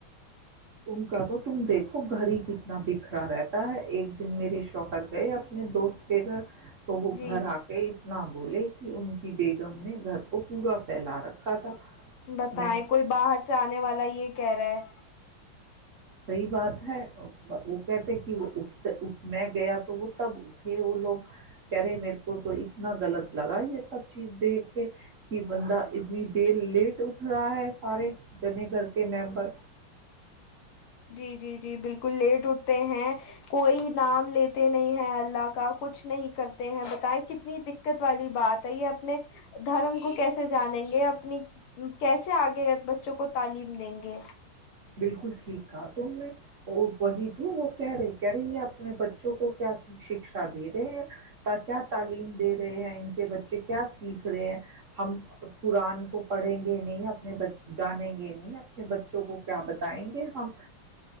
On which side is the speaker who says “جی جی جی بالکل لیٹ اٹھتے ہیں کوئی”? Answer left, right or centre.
Left